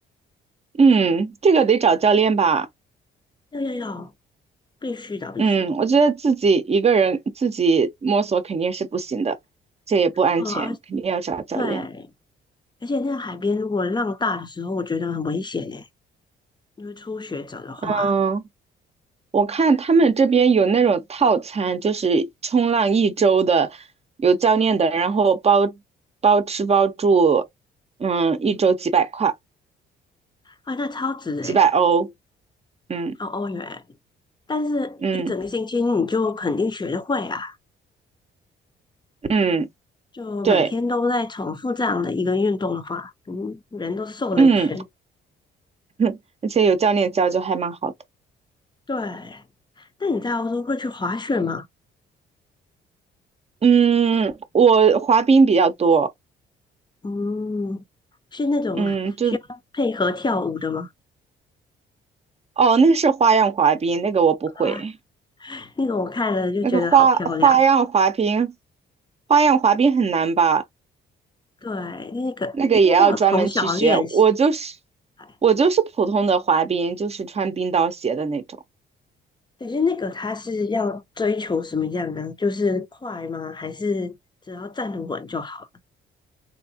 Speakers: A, on the right (about 30°); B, on the left (about 20°).
A: 嗯，这个得找教练吧。
B: 要要要，必须的必须。
A: 嗯，我觉得自己一个人自己摸索肯定是不行的，这也不安全，
B: 哦，而
A: 肯定要找教练。
B: 对，而且那个海边如果浪大的时候，我觉得很危险诶，因为初学者的话。
A: 嗯。我看他们这边有那种套餐，就是冲浪一周的，有教练的，然后包包吃包住，嗯，一周几百块，
B: 啊，那超值诶，
A: 几百欧，嗯
B: 哦，欧元，但是一整个星期你就肯定学得会啊，
A: 嗯嗯，
B: 就每天都在重复这样的一个运动的话，
A: 对，
B: 嗯，人都瘦了一圈。
A: 嗯，<laughs> 而且有教练教就还蛮好的。
B: 对，那你在欧洲会去滑雪吗？
A: 嗯，我滑冰比较多，
B: 嗯，是那种需要配合跳舞的吗？
A: 嗯，就哦，那是花样滑冰，那个我不会，
B: 啊，那个我看了就觉得好漂亮。
A: 那个花花样滑冰，花样滑冰很难吧？
B: 对，那个应该要从小练习。
A: 那个也要专门去学。我就是
B: 哎，
A: 我就是普通的滑冰，就是穿冰刀鞋的那种。
B: 可是那个它是要追求什么样呢？就是快吗？还是只要站得稳就好？